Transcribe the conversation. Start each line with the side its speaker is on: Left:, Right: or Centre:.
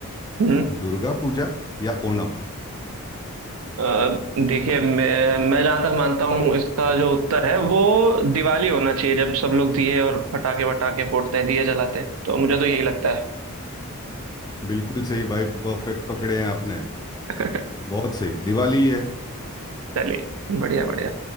Right: हम्म
Left: दुर्गा पूजा या ओणम
Right: अ, देखिए मैं मैं जहां तक मानता हूँ इसका जो उत्तर है वो दिवाली होना चाहिए जब सब लोग दिए और पटाखे वटाखे फोड़ते हैं दिए जलाते हैं तो मुझे तो यही लगता है
Left: बिल्कुल सही भाई परफेक्ट पकड़े हैं आपने
Right: <laughs>
Left: बहुत सही दिवाली ही है
Right: चलिए बढ़िया बढ़िया